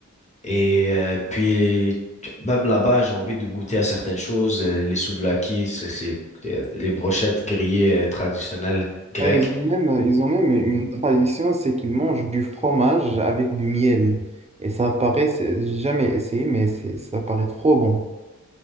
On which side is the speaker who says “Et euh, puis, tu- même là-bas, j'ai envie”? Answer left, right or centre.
Left